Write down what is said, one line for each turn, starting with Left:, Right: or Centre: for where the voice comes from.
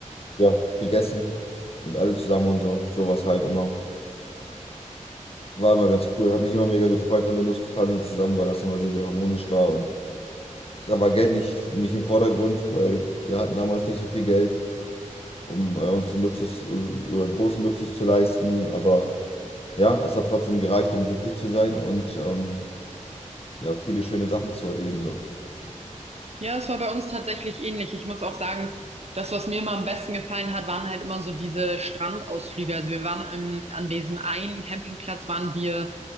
Left: ja, gegessen. Mit alle zusammen und so. Sowas halt immer. War immer ganz cool. Hat mich immer mega gefreut, wenn wir losgefahren sind zusammen, weil das immer sehr, sehr harmonisch war. Und da war Geld nicht, nicht im Vordergrund, weil wir hatten damals nicht so viel Geld, um äh, uns den Luxus oder großen Luxus zu leisten. Aber ja, es hat trotzdem gereicht, um glücklich zu sein und ähm, ja, viele schöne Sachen zu erleben. So.
Right: Ja, es war bei uns tatsächlich ähnlich. Ich muss auch sagen, das, was mir immer am besten gefallen hat, waren halt immer so diese Strandausflüge. Also wir waren im, an diesem einen Campingplatz waren wir